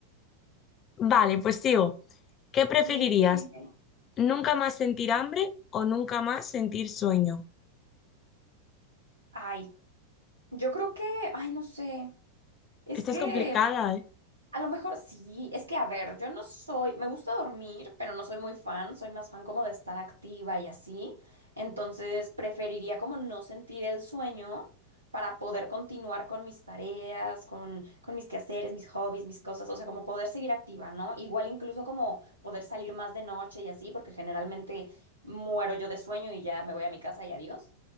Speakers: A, on the left; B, on the right.
A: Vale, pues sigo. ¿Qué preferirías?
B: Dime, dime.
A: ¿Nunca más sentir hambre o nunca más sentir sueño?
B: Ay, yo creo que... Ay, no sé. Es
A: Esta
B: que
A: es complicada, ¿eh?
B: A lo mejor sí, es que a ver, yo no soy, me gusta dormir, pero no soy muy fan, soy más fan como de estar activa y así, entonces preferiría como no sentir el sueño para poder continuar con mis tareas, con, con mis quehaceres, mis hobbies, mis cosas, o sea, como poder seguir activa, ¿no? Igual incluso como poder salir más de noche y así, porque generalmente muero yo de sueño y ya me voy a mi casa y adiós,